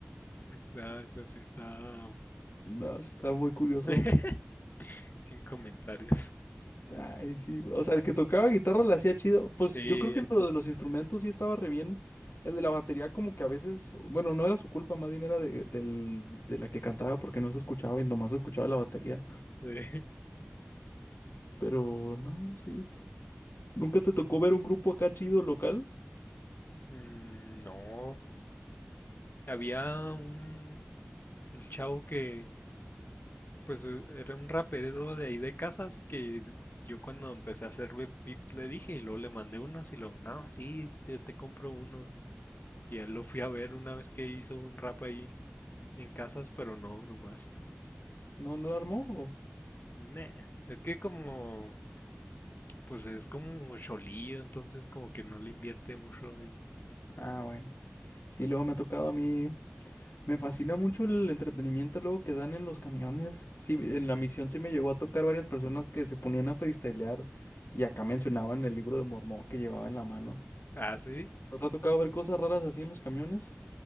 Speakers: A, on the left (about 55°); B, on the left (about 80°).
A: no, eso sí está
B: No, eso está muy curioso.
A: <laughs> sin comentarios.
B: Ay, sí. O sea, el que tocaba guitarra la hacía chido. Pues
A: Sí,
B: yo creo que
A: eh,
B: lo de los instrumentos sí estaba re bien. El de la batería como que a veces, bueno, no era su culpa, más bien era de, del- de la que cantaba porque no se escuchaba y nomás se escuchaba la batería.
A: sí.
B: Pero no, sí. ¿Nunca te tocó ver un grupo acá chido local?
A: Mm, no. Había un, un chavo que Pues eh, era un rapero de ahí de Casas que yo cuando empecé a hacer be- beats le dije y luego le mandé unos y luego, no, sí, yo te compro unos. Y él lo fui a ver una vez que hizo un rap ahí en Casas, pero no, nomás. <laughs>
B: ¿No, no lo armó? o?
A: Nah. Es que como, pues es como cholillo, entonces como que no le invierte mucho ahí.
B: Ah, bueno. Sí, luego me ha tocado a mí. Me fascina mucho el entretenimiento luego que dan en los camiones. Sí, en la misión sí me llegó a tocar varias personas que se ponían a freestylear y acá mencionaban el libro de Mormón que llevaba en la mano.
A: Ah, sí.
B: ¿Nos ha tocado ver cosas raras así en los camiones?